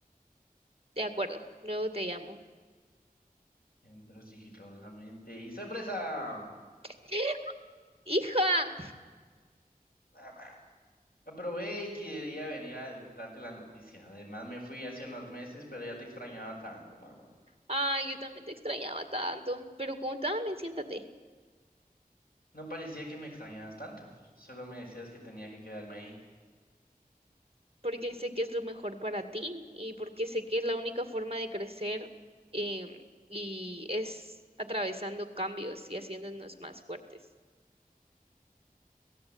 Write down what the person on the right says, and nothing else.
De acuerdo, luego te llamo.
<gasps> ¡Hija!
Ay, yo también te extrañaba tanto. Pero contame, siéntate.
porque sé que es lo mejor para ti y porque sé que es la única forma de crecer em, y es atravesando cambios y haciéndonos más fuertes.